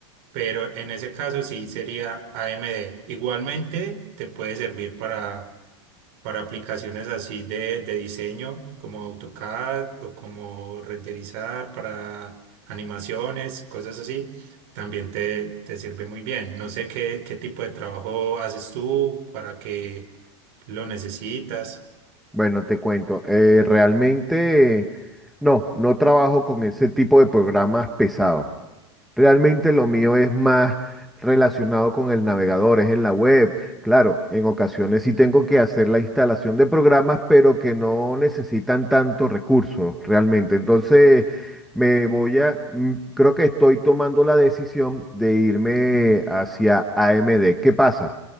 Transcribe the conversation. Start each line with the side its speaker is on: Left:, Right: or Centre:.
Right: pero en ese caso sí sería AMD. Igualmente te puede servir para para aplicaciones así de, de diseño, como AutoCAD o como renderizar para animaciones, cosas así, también te, te sirve muy bien. No sé qué, qué tipo de trabajo haces tú, para qué lo necesitas.
Centre: Bueno, te cuento. eh, realmente, no, no trabajo con ese tipo de programas pesados. Realmente lo mío es más relacionado con el navegador, es en la web. Claro, en ocasiones sí tengo que hacer la instalación de programas, pero que no necesitan tantos recursos realmente. Entonces, me voy a, mm, creo que estoy tomando la decisión de irme hacia AMD. ¿Qué pasa?